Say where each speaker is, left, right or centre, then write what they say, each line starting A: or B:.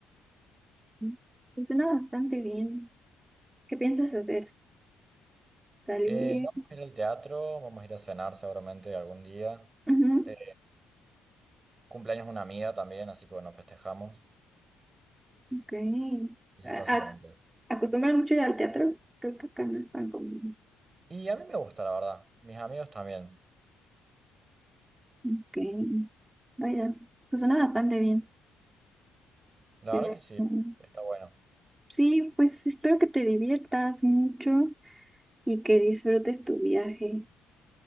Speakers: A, on the right (about 15°); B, on the right (about 35°).
A: Mm, Funciona bastante bien. ¿Qué piensas hacer? ¿Salir?
B: Eh, vamos a ir al teatro, vamos a ir a cenar seguramente algún día.
A: Ujú,
B: Eh, cumpleaños de una amiga también, así que bueno, festejamos
A: Ok.
B: y
A: ¿A-
B: básicamente
A: a-
B: eso.
A: ¿Acostumbran mucho ir al teatro? Creo que acá no es tan común.
B: Y a mí me gusta, la verdad. Mis amigos también.
A: Ok. Vaya, pues suena bastante bien.
B: La
A: Eh,
B: verdad que sí,
A: mm,
B: está bueno.
A: Sí, pues espero que te diviertas mucho y que disfrutes tu viaje.